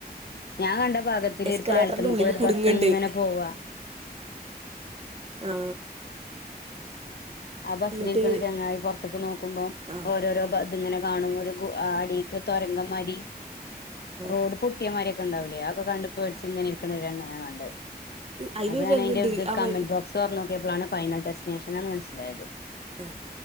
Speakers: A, on the left; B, on the right.
A: ഞാൻ കണ്ട ഭാഗത്തി
B: എസ്കലേറ്ററിന്റെ
A: ഒരു പാലത്തമക്കൂടെ
B: ഉള്ളിൽ
A: ഒരു
B: കുടുങ്ങുന്നുണ്ട്
A: ബസ് ഇങ്ങനെ പോവാ
B: ആ
A: ആ ബസ്സിലിരിക്ക്ണ
B: എന്നിട്ട്
A: ചങ്ങായി പൊറത്ത്ക്ക് നോക്കുമ്പോം
B: ആ
A: ഓരോരോ ത്ങ്ങനെ കാണുമ്പൊരു ഗുഹ അടീക്ക് തൊരങ്കമ്മാരി റോഡ്
B: ആ
A: പൊട്ടിയമാര്യോ ക്കെണ്ടാവൂലേ ആ ഇപ്പ കണ്ട് പേടിച്ച്ങ്ങനെ ഇരിക്ക്ണ ഒരുങ്ങ കണ്ട്
B: അയിലൊരു
A: അപ്പൊ ഞാന്
B: രംഗണ്ട്
A: അയിന്റെ ത്
B: അവൻ
A: കമന്റ് ബോക്സൊർ നോക്കിയപ്പളാണ് ഫൈനൽ ഡെസ്റ്റിനേഷനാന്ന് മനസ്സിലായത് <inaudible>
B: ആഹ്